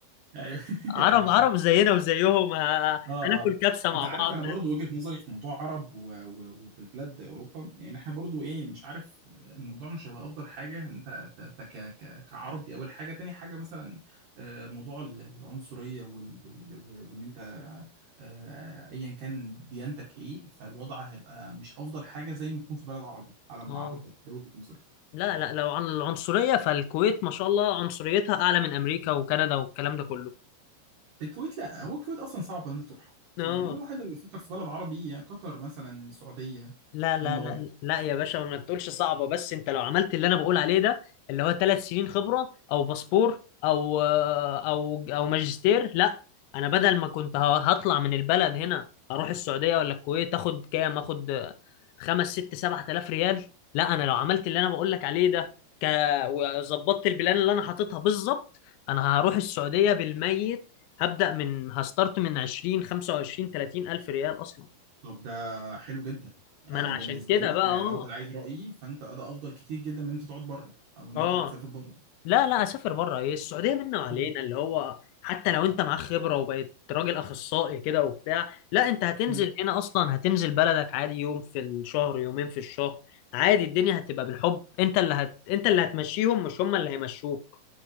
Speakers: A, on the right (about 75°); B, on the left (about 90°).
A: ايوه <laughs>
B: عرب
A: ايوه بالظبط
B: عرب زينا وزيهم ه- هناكل
A: اه اه
B: كبسه مع
A: انت عارف
B: بعض
A: انا برضو وجهة نظري في موضوع عرب و- و- وبلاد اوروبا يعني احنا برضو ايه مش عارف الموضوع مش هيبقى افضل حاجه انت ت- ت- ك- ك- كعرب دي اول حاجه تاني حاجه مثلا آه، موضوع ال- العنصريه وال- وال- وان انت آه، ايا كان ديانتك ايه فالوضع هيبقى مش افضل حاجه زي ما يكون في بلد عربي على ما
B: آه.
A: اعتقد ده وجهة نظري
B: لا لا لو عن العنصرية فالكويت ما شاء الله عنصريتها أعلى من أمريكا وكندا والكلام ده كله
A: الكويت لا هو الكويت اصلا صعب ان تروحها
B: اه
A: يعني الواحد لو يفكر في بلد عربي يا قطر مثلا سعوديه
B: لا لا
A: امارات
B: لا لا يا باشا ما تقولش صعبة بس انت لو عملت اللي انا بقول عليه ده اللي هو ثلاث سنين خبرة او باسبور او او او ماجستير لا انا بدل ما كنت ه- هطلع من البلد هنا اروح السعودية ولا الكويت اخد كام اخد خمس ست سبعة آلاف ريال لا انا لو عملت اللي انا بقول لك عليه ده ك... وظبطت البلان اللي انا حاططها بالظبط انا هروح السعودية بالميت هبدأ من هستارت من 20 25 30 الف ريال اصلا
A: طب ده حلو جدا
B: ما
A: انا
B: انا
A: بالنسبه
B: عشان كده
A: لي
B: بقى
A: انا
B: اه
A: لو انت عايز رايي فانت ده افضل كتير جدا من ان انت تقعد بره او ان
B: اه
A: انت تسافر بره
B: لا لا اسافر بره ايه السعوديه منا وعلينا
A: مم.
B: اللي هو حتى لو انت معاك خبره وبقيت راجل اخصائي كده وبتاع لا انت هتنزل
A: مم.
B: هنا اصلا هتنزل بلدك عادي يوم في الشهر يومين في الشهر عادي الدنيا هتبقى بالحب انت اللي هت... انت اللي هتمشيهم مش هم اللي هيمشوك